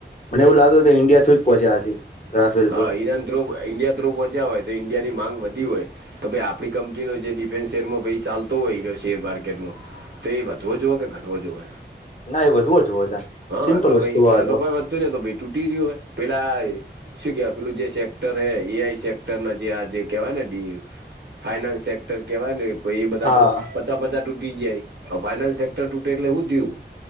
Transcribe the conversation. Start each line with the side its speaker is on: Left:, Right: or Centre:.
Left: મને એવું લાગે કે ઈન્ડિયા થય જ પહોચ્યા હશે રાફેલ
Right: હા
Left: તો
Right: ઈરાન થ્રુ ઇન્ડિયા થ્રુ પહોચ્યા હોય તો ઈન્ડિયા ની માંગ વધી હોય તો ભાઈ આપણી કંપનીનો જે ડિફેન્સ શેરમાં ભાઈ ચાલતો હોય એ શેર માર્કેટમાં તો એ વધવો જુવ કે ઘટવો જોવો
Left: ના એ વધુ જ હોતા
Right: હા
Left: સિમ્પલ
Right: તો
Left: વસ્તુ
Right: ભાઈ પણ
Left: આ
Right: એ તો કોઈ વધતું નને તો ભાઈ તૂટી રહય્યું હો પેલા પેલું જે સેક્ટર હ એ આઈ સેક્ટર ના જે આ કેવાય નેડી ફાઇનેન્સ સેક્ટર કેવાય ને એ બધા
Left: હા
Right: તો પચા પચા તૂટી જાય ફાઈનાન્સ સેક્ટર તૂટે એટલે હુ થયું.